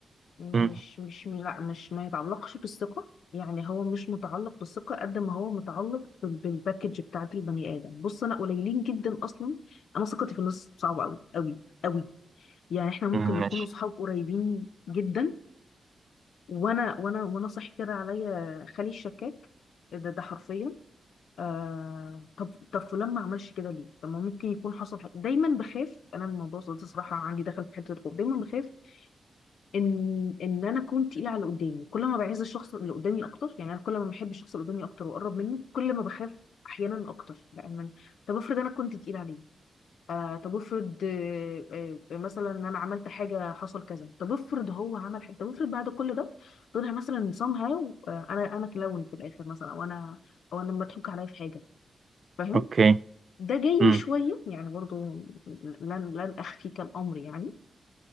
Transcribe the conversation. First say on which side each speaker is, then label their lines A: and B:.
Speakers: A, on the left; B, on the right.
A: مش
B: مم.
A: مش لا مش ما يتعلقش بالثقة يعني هو مش متعلق بالثقة قد ما هو متعلق بال- بالباكج بتاعت البني آدم بص أنا قليلين جدا أصلا أنا ثقتي في الناس صعبة أوي أوي أوي يعني إحنا ممكن
B: مم.
A: نكون
B: ماشي
A: أصحاب قريبين جدا وأنا وأنا وأنا صاحي كده عليا خالي الشكاك إيه ده ده حرفيا آه طب طب فلان ما عملش كده ليه؟ طب ما ممكن يكون حصل حاجة دايما بخاف أنا من الموضوع ده صراحة عندي دخل في حتة الخوف دايما بخاف ان ان انا اكون تقيله على اللي قدامي كل ما بعز الشخص اللي قدامي اكتر يعني انا كل ما بحب الشخص اللي قدامي اكتر واقرب منه كل ما بخاف احيانا اكتر لان أنا- طب افرض انا كنت تقيله عليه آه طب افرض آه آه مثلا ان انا عملت حاجه حصل كذا طب افرض هو عمل حاجه طب افرض بعد كل ده طلع مثلا somehow آه انا انا كلاون في الاخر مثلا او انا او انا مضحوك عليا في حاجه فاهم
B: اوكي
A: ده جاي
B: مم.
A: شويه يعني برضو لن لن اخفيك الامر يعني